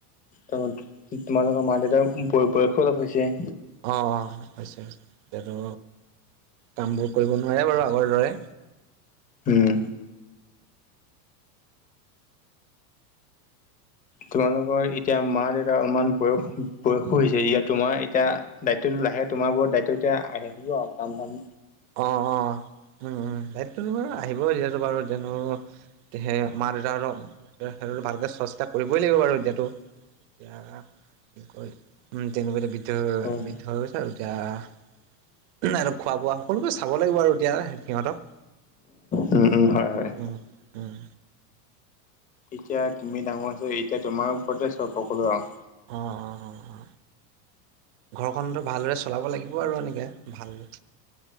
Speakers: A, on the left; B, on the right.
A: তহঁত তোমালোকৰ মা, দেউতাৰ উম বয়-বয়সো অলপ হৈছে।
B: অ, অ হৈছে হৈছে এতিয়াতো কামবোৰ কৰিব নোৱাৰে বাৰু আগৰ দৰে।
A: উম। তোমালোকৰ এতিয়া মা, দেউতাৰ অলপমান বয়স বয়সো হৈছে। ইয়াত তোমাৰ এতিয়া দায়িত্বটো লাহে তোমাৰ ওপৰত দায়িত্ব এতিয়া আহে থাকিব আও কাম থাম
B: অ, অ উম, উম দায়িত্বতো বাৰু আহিবই এতিয়াতো বাৰু এতিয়ানো তেহে মা, দেউতাহঁতক সে সেইটো তো ভালকে চোৱা চিতা কৰিবই লাগিব বাৰু এতিয়াতো। এতিয়া কি কয়? উম তেনেকুৱা এতিয়া বৃদ্ধ হৈ
A: উম
B: বৃদ্ধ হৈ গৈছে আৰু এতিয়া আৰু খোৱা বোৱা অলপ দেই চাব লাগিব আৰু এতিয়া সিহঁতক।
A: উম, উম, হয়, হয়।
B: উম, উম।
A: এতিয়া তুমি ডাঙৰ আছা, এতিয়া তোমাৰ ওপৰতে চব সকলো আও।
B: অ অ ঘৰখনতো ভালদৰে চ- চলাব লাগিব আৰু এনেকে ভাল